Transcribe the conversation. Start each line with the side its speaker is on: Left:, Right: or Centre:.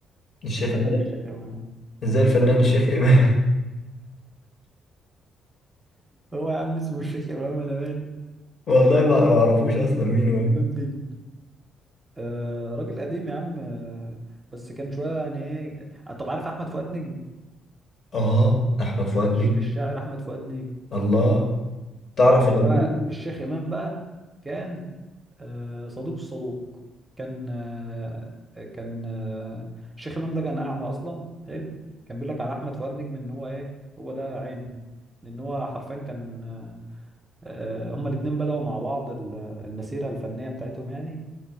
Left: الشيخ
Right: الفنان
Left: امام
Right: الشيخ إمام
Left: ازاي الفنان الشيخ امام
Right: هو يا عم اسمه الشيخ إمام أنا مالي
Left: <laughs> والله ما ما اعرفوش اصلا مين هو ده
Right: إمام نجم آه راجل قديم يا عم آه بس كان شوية يعني إيه آه، طب عارف أحمد فؤاد نجم
Left: اه احمد فؤاد
Right: الش-
Left: نجم
Right: الشاعر أحمد فؤاد نجم
Left: الله تعرف
Right: اهو
Left: الابدول
Right: بقى الشيخ امام بقى كان آه، صدوق الصدوق كان آه، كان آه، الشيخ امام ده كان اعمى اصلا حلو كان بيقول لك على احمد فؤاد نجم ان هو ايه هو ده عينه لان هو حرفيا كان آه، آه، هما الاتنين بدأوا مع بعض ال- المسيرة الفنية بتاعتهم يعني